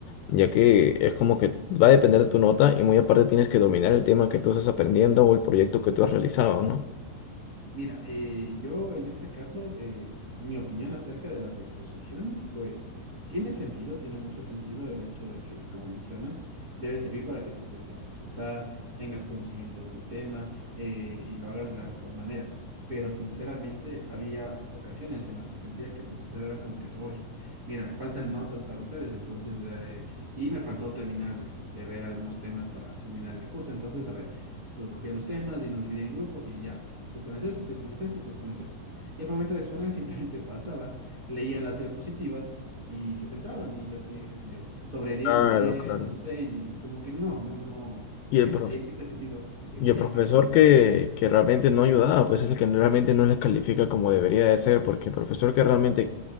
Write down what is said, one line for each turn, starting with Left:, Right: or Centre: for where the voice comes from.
Left: ya que es como que va a depender de tu nota y muy aparte tienes que dominar el tema que tú estás aprendiendo o el proyecto que tú has realizado, ¿no?
Right: Mira, eh, yo en este caso, eh, mi opinión acerca de las exposiciones, pues tiene sentido, tiene mucho sentido el hecho de que, como mencionas, debe servir para que te sepas expresar, tengas conocimiento del tema eh, y lo hagas de la mejor manera. Pero sinceramente, había ocasiones en las que sentía que el profesor era como que, uy, mira, me faltan notas para ustedes, entonces, eh, y me faltó terminar de ver algunos temas para culminar el curso. Entonces, a ver, co- cogía los temas y nos dividía en grupos y ya. Tú expones esto, tú expones esto, tú expones esto. Y al momento de exponer, <laughs> simplemente pasaban, leían las diapositivas y se sentaban y les ponían, qué sé yo, sobre diez
Left: Claro,
Right: un 7
Left: claro.
Right: un 6 y como que no, no, no.
Left: Y el
Right: Es-
Left: prof-
Right: en ese sentido, eh, estaría
Left: Y el profesor
Right: mal, según
Left: que,
Right: yo.
Left: que realmente no ayudaba, pues es el que realmente no les califica como debería de ser, porque el profesor que realmente